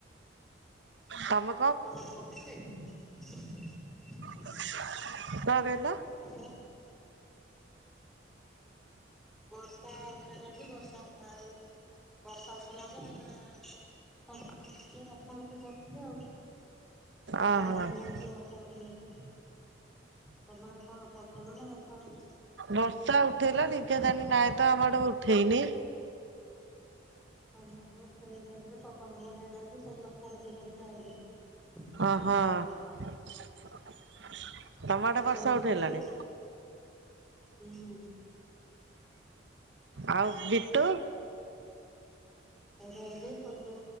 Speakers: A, on the right; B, in the centre.
A: ତମ
B: <unintelligible>
A: କଣ କହିଲ?
B: <unintelligible> ବର୍ଷା ଉଠେଇଲାଯେ ବର୍ଷା ଆଉ ବର୍ଷା ଉଠେଇଲାଯେ ଏ ସବୁ ଖାଲି ରଖା ରୁଖି କରୁଥିଲି ଆଉ ପବନ
A: ଅହୋ
B: ଫବନ ହେଇକି ବର୍ଷା ଉଠେଇଲା ଯେ ତମ ଆଡେ କଣ ପବନ ନା ବର୍ଷା ହଉଛି?
A: ବର୍ଷା ଉଠେଇଲା <inaudible> ନାଇଁ ତ ଆମ ଆଡେ ଉଠେ ଠେଇ ନି।
B: <unintelligible> ଧରିକି ଆଇଲି।
A: ଓହୋ <inaudible> ତମ ଆଡେ
B: କେତେବେଳୁ
A: ବର୍ଷା ଉଠେଇଲାଣି?
B: ଶୋଇଛି ହୁଁ।
A: ଆଉ ବିଟୁ?
B: ସେଟା ଏଇଠି ଶୋଇକି